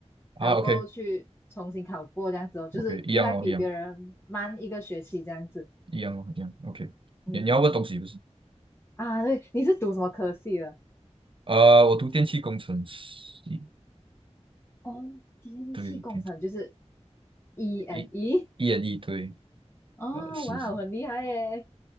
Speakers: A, on the right; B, on the left.
A: 啊，OK
B: 然后过后去重新考过这样子哦，就是又在比别人慢一个学期这样子。
A: OK，一样咯，一样一样咯，一样。OK，
B: 嗯，
A: 你你要问东西不是？
B: 啊，对，你是读什么科系的？
A: 呃，我读电气工程系，
B: 哦，电气工程就是
A: 对对，
B: E and
A: 一一人一对，
B: E。哦，
A: 呃，是是，
B: 哇，很厉害耶！